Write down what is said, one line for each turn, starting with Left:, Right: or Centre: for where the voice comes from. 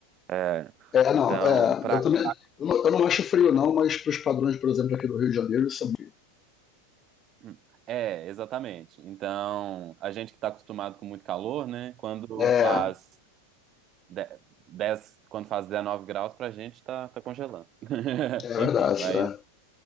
Right: É,
Left: É,
Right: então,
Left: não, é,
Right: pra,
Left: eu
Right: pra-
Left: também. Eu não, eu não acho frio, não, mas pros padrões, por exemplo, aqui do Rio de Janeiro, isso é frio.
Right: hum. É, exatamente. Então, a gente que tá acostumado com muito calor, né? Quando
Left: É,
Right: faz de- 10, quando faz 19 graus, pra gente tá, tá congelando. <laughs>
Left: é
Right: Enfim,
Left: verdade,
Right: mas,
Left: é,